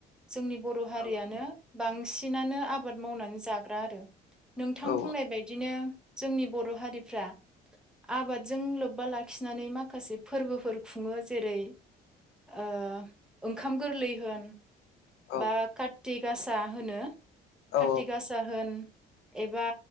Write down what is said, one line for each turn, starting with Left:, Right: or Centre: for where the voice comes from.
Centre: जोंनि बर' हारियानो
Left: हागौ
Centre: बांसिनानो आबाद मावनानै जाग्रा आरो । नोंथां
Left: औ
Centre: बुंनाय बायदिनो जोंनि बर' हारिफ्रा आबादजों लोब्बा लाखिनानै माखासे फोरबोफोर खुङो जेरै ओ ओंखाम गोरलै होन
Left: औ
Centre: बा कात थिगासा होनो खाथिगासा
Left: औ
Centre: होन एबा